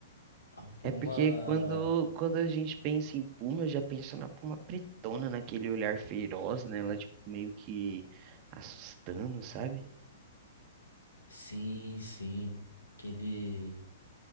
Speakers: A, on the left (about 80°); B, on the right (about 35°).
A: a Puma.
B: É porque quando, quando a gente pensa em Puma, eu já penso na Puma pretona, naquele olhar feroz, né? Ela, tipo, meio que assustando, sabe?
A: Sim, sim. Aquele,